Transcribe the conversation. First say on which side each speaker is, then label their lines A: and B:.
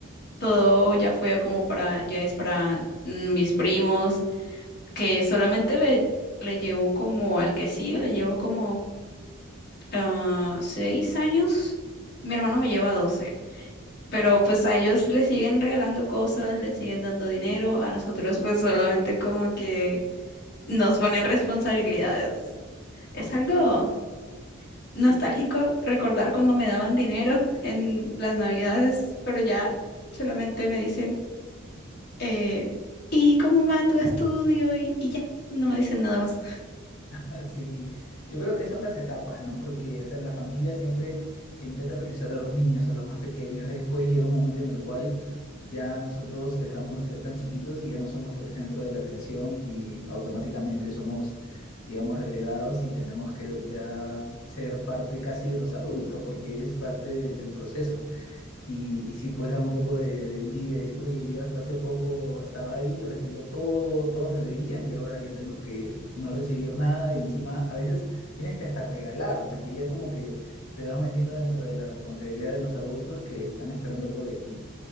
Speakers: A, on the left; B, on the left.
A: Todo ya fue como para, ya es para mm, mis primos, que solamente le, le llevo como al que sigue, le llevo como ah, seis años. Mi hermano me lleva 12. Pero pues a ellos les siguen regalando cosas, les siguen dando dinero, a nosotros pues solamente como que nos ponen responsabilidades. Es algo nostálgico recordar cuando me daban dinero <laughs> en las navidades, pero ya solamente me dicen, eh, ¿y cómo va tu estudio? Y, y ya, no me dicen nada más.
B: <laughs> Sí, yo creo que son las etapas, ¿no? Porque, o sea, en la familia siempre se intenta priorizar a los niños, a los más pequeños. Después llega un momento en el cual ya nosotros dejamos de ser tan chiquitos y ya no somos el centro de la atención y automáticamente somos, digamos, relegados y tenemos que ya ser parte casi de los adultos porque es parte del del proceso. Y, y sí, pues da un poco de, de envidia, decir, uy, yo hasta hace poco estaba ahí recibiendo todo, todos me veían y ahora yo tengo que no recibir nada y encima a veces tienes que hasta regalar, porque ya como que te vas metiendo dentro de la responsabilidad de los adultos que están esperando algo de ti.